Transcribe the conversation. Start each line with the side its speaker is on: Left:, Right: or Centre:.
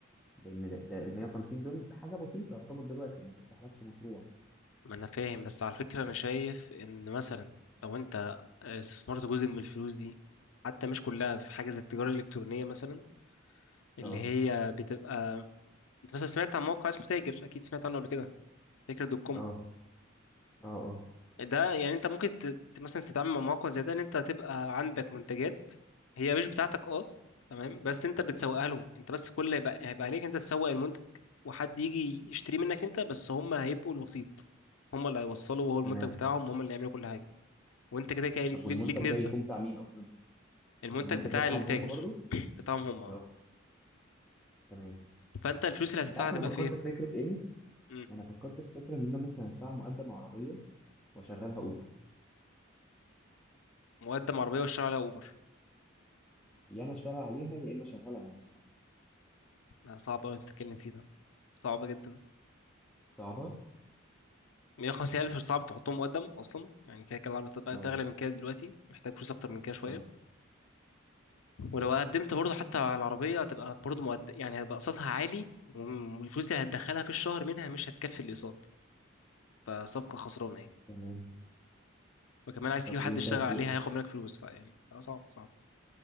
Centre: لان ده, ده ال 150 دول حاجه بسيطه يعتبر دلوقتي ما تفتحلكش مشروع
Left: ما انا فاهم بس على فكره
Centre: اه
Left: انا شايف ان مثلا لو انت استثمرت جزء من الفلوس دي حتى مش كلها في حاجه زي التجاره الالكترونيه مثلا اللي
Centre: اه
Left: هي بتبقى انت مثلا سمعت عن موقع اسمه تاجر اكيد سمعت عنه قبل كده تاجر دوت كوم
Centre: اه اه
Left: ده يعني انت ممكن ت... ت- مثلا تتعامل مع مواقع زي ده ان انت تبقى عندك منتجات هي مش بتاعتك اه تمام بس انت بتسوقها لهم انت بس كل اللي هيبقى هيبقى عليك انت تسوق المنتج وحد يجي يشتري منك انت بس هم هيبقوا الوسيط هم اللي هيوصلوا وهو المنتج
Centre: تمام
Left: بتاعهم هم اللي يعملوا كل حاجه وانت كده كده ليك,
Centre: طب والمنتج
Left: ليك نسبه
Centre: ده بيكون بتاع مين اصلا
Left: المنتج
Centre: المنتج
Left: بتاع
Centre: ده بتاعهم
Left: التاجر
Centre: هم برضو
Left: <coughs> <clears throat> بتاعهم هم
Centre: لا تمام
Left: فانت الفلوس اللي هتدفعها
Centre: انت عارف
Left: هتبقى
Centre: انا فكرت
Left: في ايه؟
Centre: في فكره ايه
Left: مم.
Centre: انا فكرت في فكره ان انا ممكن ادفع مقدم عربيه واشغلها اوبر
Left: مقدم عربيه والشارع على اوبر
Centre: يا انا اشتغل عليها يا اما اشغلها نفسها
Left: لا، صعب قوي تتكلم فيه ده صعب جدا
Centre: صعبه
Left: 150000 مش صعب تحطهم مقدم اصلا يعني كده كده العربية بتبقى
Centre: لا
Left: تغلى من كده دلوقتي محتاج فلوس اكتر من كده شويه
Centre: لا
Left: ولو قدمت برضه حتى على العربيه هتبقى برضه مقدم يعني هيبقى قسطها عالي وم- والفلوس اللي هتدخلها في الشهر منها مش هتكفي الاقساط فصفقه خسرانه يعني
Centre: تمام
Left: وكمان عايز تجيب
Centre: طب
Left: حد
Centre: ايه
Left: يشتغل
Centre: شايف
Left: عليها
Centre: ايه
Left: هياخد منك فلوس فيعني ده صعب صعب